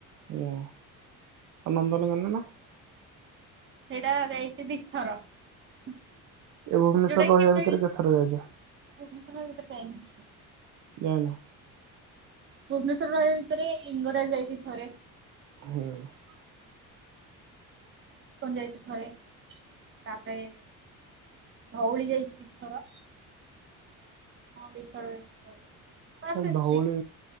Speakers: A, on the right (about 60°); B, on the right (about 35°).
A: ହ, ନନ୍ଦନ ନଗର ନା?
B: ସେଇଟା ଯାଇଛି ଦିଥର। ଯୋଉଟା
A: ଏ ଭୁବନେଶ୍ୱର ରହିବା
B: କି, କେବେ
A: ଭିତରେ
B: ଭୁବନେଶ୍ୱର
A: କେତେଥର ଯାଇଛ
B: ଭିତରେ ଯାଇନି।
A: ଯାଇନ।
B: ଭୁବନେଶ୍ୱର ରହିବା ଭିତରେ, ଲିଙ୍ଗରାଜ ଯାଇଛି ଥରେ।
A: ହୁଁ
B: ଇସ୍କନ ଯାଇଛି ଥରେ। ତାପରେ ଧଉଳୀ ଯାଇଛି ଦି ଥର। ହଁ, ଦିଥର ଯାଇଛି ଧଉଳି। ବାସ୍
A: ହ,
B: ଏତିକି।
A: ଧଉଳି